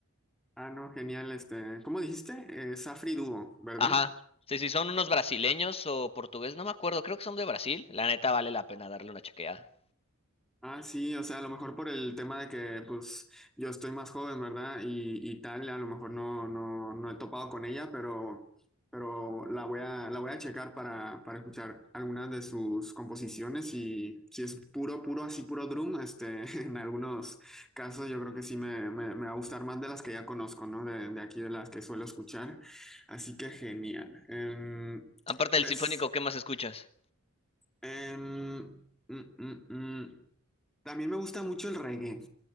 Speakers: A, in the centre; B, on the left (about 25°).
A: Ah, no, genial, este, ¿cómo dijiste? Eh, Safri Duo, ¿verdad?
B: Ajá. Sí, sí, son unos brasileños o portugués, no me acuerdo, creo que son de Brasil. La neta vale la pena darle una chequeada.
A: Ah, sí, o sea, a lo mejor por el tema de que, pues, yo estoy más joven, ¿verdad? Y, y tal, a lo mejor no, no, no he topado con ella, pero, pero la voy a, la voy a checar para, para escuchar algunas de sus composiciones y si es puro, puro, así puro drum, este, <laughs> en algunos casos yo creo que sí me, me, me va a gustar más de las que ya conozco, ¿no? De, de aquí, de las que suelo escuchar. Así que genial. Em,
B: Aparte
A: pues,
B: del sinfónico, ¿qué más escuchas?
A: em, mm, mm, mm. También me gusta mucho el reggae.